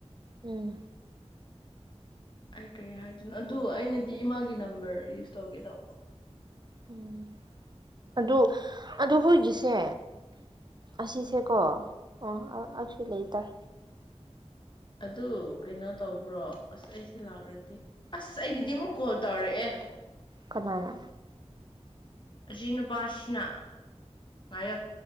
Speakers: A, on the right; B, on the left.
A: ꯎꯝ
B: ꯑꯩ ꯀꯔꯤ ꯍꯥꯏꯗꯣꯏꯅꯣ ꯑꯗꯨ ꯑꯩꯅꯗꯤ ꯏꯃꯥꯒꯤ ꯅꯝꯕꯔ ꯌꯨꯁ ꯇꯧꯒꯦ ꯇꯧꯕ
A: ꯎꯝ ꯑꯗꯨ ꯑꯗꯨ ꯍꯣꯢꯒꯤꯁꯦ ꯑꯁꯤꯁꯦꯀꯣ ꯑꯣ ꯑꯁꯨ ꯂꯩꯇꯥꯔꯦ
B: ꯑꯗꯨ ꯀꯩꯅꯣ ꯇꯧꯕ꯭ꯔꯣ ꯑꯁ ꯑꯩꯁꯦ ꯂꯥꯎꯔꯗꯤ ꯑꯁ ꯑꯩꯒꯤꯗꯤ ꯑꯃꯨꯛ ꯀꯣꯜ ꯇꯧꯔꯛꯑꯦ
A: ꯀꯅꯥꯅ
B: ꯑꯁꯤ ꯅꯨꯄꯥꯁꯤꯅ ꯉꯌꯣ